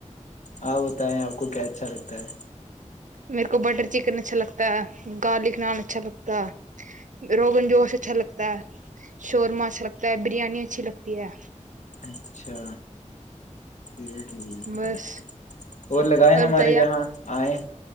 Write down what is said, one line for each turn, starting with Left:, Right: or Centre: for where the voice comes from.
Left: ہاں بتائیں آپ کو کیا اچھا لگتا ہے
Right: میرے کو بٹر چکن اچھا لگتا ہے گارلک نان اچھا لگتا ہے روغن جوش اچھا لگتا ہے شورما اچھا لگتا ہے بریانی اچھی لگتی ہے
Left: اچھا یہ ٹھیک
Right: بس
Left: ہے اور لگائے ہمارے
Right: بتائیے
Left: جاں
Right: آپ
Left: آئے